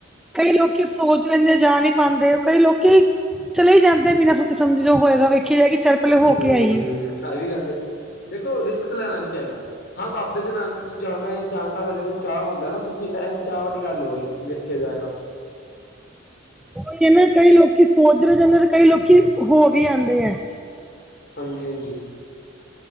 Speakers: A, in the centre; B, on the left.
A: ਕਈ ਲੋਕੀ ਸੋਚ ਲੈਂਦੇ ਜਾ ਨਹੀਂ ਪਾਂਦੇ, ਕਈ ਲੋਕੀ ਚਲੇ ਹੀ ਜਾਂਦੇ ਬਿਨਾਂ ਸੋਚੇ, ਸਮਝੇ ਜੋ ਹੋਇਗਾ ਵੇਖੀ ਜਾਏਗੀ। ਚੱਲ ਪਹਿਲੇ ਹੋ
B: ਹੂੰ,
A: ਕੇ ਆਈਏ
B: ਹੂੰ, ਆ ਵੀ ਗੱਲ ਏ, ਦੇਖੋ ਰਿਸਕ ਲੈਣਾ ਨੀ ਚਾਹੀਦਾ, ਹਾਂ ਬਾਬੇ ਦੇ ਨਾਂ ਤੁਸੀਂ ਜਾਣਾ ਏ, ਜਾਣਦਾ ਬੰਦੇ ਨੂੰ ਚਾਅ ਹੁੰਦਾ ਨਾ, ਤੁਸੀਂ ਐ ਚਾਅ ਵਾਲੀ ਗੱਲ ਹੋਈ, ਕੀ ਦੇਖਿਆ ਜਾਇਗਾ।
A: ਓਹੀ ਏ ਨਾ, ਕਈ ਲੋਕੀ ਸੋਚਦੇ ਰਹੇ ਜਾਂਦੇ, ਤੇ ਕਈ ਲੋਕੀ ਹੋਵੀ ਆੰਦੇ ਆ।
B: ਹਾਂਜੀ-ਹਾਂਜੀ।